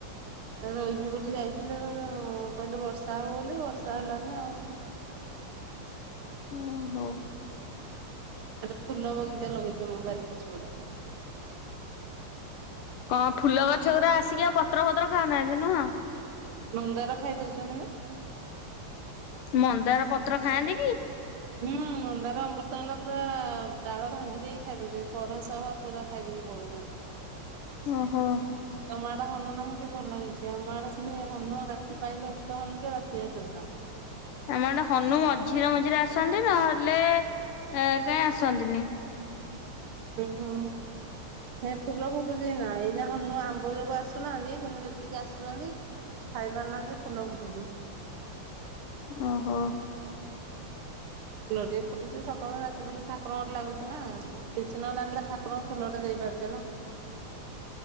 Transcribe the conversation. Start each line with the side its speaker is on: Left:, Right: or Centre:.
Right: ରହିବି ବୋଲି ଯାଇଥିଲି ମୁଁ କହିଲେ ବର୍ଷା ହବ ବୋଲି ବର୍ଷା ହେଲାନି ଆଉ।
Left: ଓ ହ।
Right: ଖାଲି ଫୁଲ ବଗିଚା ଲଗେଇଛି ମୋ ବାରି ପଛପଟେ।
Left: କଣ ଫୁଲ ଗଛ ଗୁରା ଆସିକି ଆଉ ପତ୍ର ପତ୍ର ଖାଉନାହାନ୍ତି ନୁହଁ?
Right: ମନ୍ଦାର ଖାଇ ଦଉଛନ୍ତି ନା।
Left: ମନ୍ଦାର ପତ୍ର ଖାଆନ୍ତି କି?
Right: ହୁଁ ମନ୍ଦାର ଅମୃତଣ୍ଡା ପୁରା ଡାଳ ଭାଙ୍ଗି ଦେଇକି ଖାଇଦେଉଛନ୍ତି କଢ ସହ ପୁରା ଖାଇ ଦେଇକି ପଳୁଉଚନ୍ତି।
Left: ଓହୋ।
Right: ତମ ଆଡେ ହନୁ ନାହାନ୍ତି ଭଲ ହେଇଛି ଆମ ଆଡେ ଲି ହନୁ ରାତି ପାଇଲେ ଏତେ ତ ହନୁ ଯେ ରାତି ହେତ ପୁରା
Left: ଆମ ଆଡେ ହନୁ ମଝିରେ ମଝିରେ ଆସନ୍ତି ନହେଲେ ଏ କାଇହିଁ ଆସନ୍ତିନି।
Right: ଓ ହୋ। ନାଇଁ ଫୁଲ ଫୁଟୁଚି ଏଇନା ହନୁ ଆମ୍ବ ଯୋଗୁ ଆସୁନାହାନ୍ତି କିନ୍ତୁ ଯେତିକି ଆସୁଚନ୍ତି ଖାଇ ପାରୁ ନାହାନ୍ତି ଯେ ଫୁଲ ଫୁଟୁଛି।
Left: ଓହୋ।
Right: ଫୁଲଟିଏ ଫୁଟୁଚି ସକାଳୁ ରାତି ବଳେ ଠାରଙ୍କ ଘରେ ଲାଗୁଚି ନା। କିଛି ନହେଲେ ଆମ ଠାକୁରଙ୍କୁୁ ଫୁଲଟେ ଦେଇପାରୁଛେ ନା।